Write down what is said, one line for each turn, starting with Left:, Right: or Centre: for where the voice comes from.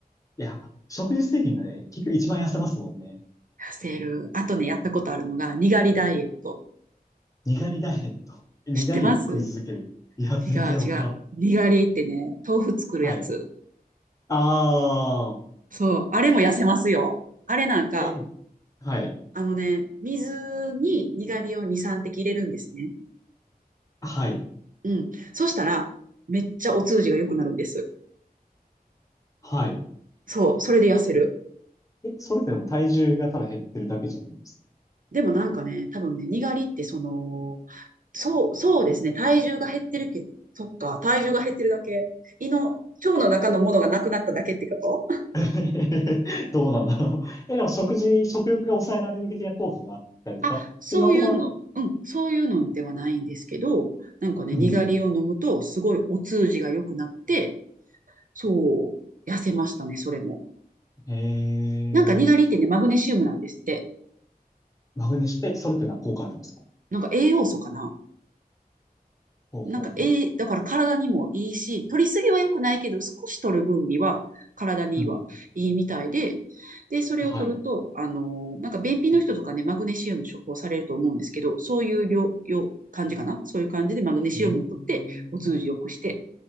Left: いや、食事制限がね、結局一番痩せますもんね。
Right: 痩せる。あとね、やったことあるのが、にがりダイエット。
Left: にがりダイエット。<laughs> にがりを食い続ける。
Right: 知ってます
Left: いや、全然わからん。
Right: 違う違う。にがりってね、豆腐作るやつ。
Left: はい。ああ。
Right: そう。あれも痩せますよ。あれなんか、
Left: え、はい。
Right: あのね、水ににがりを2、3滴入れるんですね。
Left: はい。
Right: うん。そしたら、めっちゃお通じが良くなるんです。
Left: はい。
Right: そう。それで痩せる。
Left: え、それってでも体重がただ減ってるだけじゃないですか
Right: でもなんかね、多分ね、にがりってその、そう、そうですね。体重が減ってるけど、そっか、体重が減ってるだけ。胃の、腸の中のものがなくなっただけってこと
Left: <laughs> どうなんだろう。え、でも食事、食欲が抑えられる的な効果があったりとかっていうわけでは、
Right: あ、そういうの、うん、そういうのではないんですけど、なんかね、
Left: うん。
Right: にがりを飲むと、すごいお通じが良くなって、そう、痩せましたね、それも。
Left: へえ、
Right: なんかにがりってね、マグネシウムなんですって。
Left: マグネシウム、え、それって何か効果あるんですか
Right: なんか栄養素かな
Left: ほうほうほうほ
Right: なんか、ええだから体にもいいし、取りすぎは良くないけど、少し取る分には体にはいいみたいで、
Left: う。うん。
Right: で、それを取ると、
Left: はい。う
Right: あのーなんか便秘の人とかね、マグネシウム処方されると思うんですけど、そういう量、量感じかなそういう感じでマグネシウムを取って、
Left: ーん。
Right: お通じ良くして、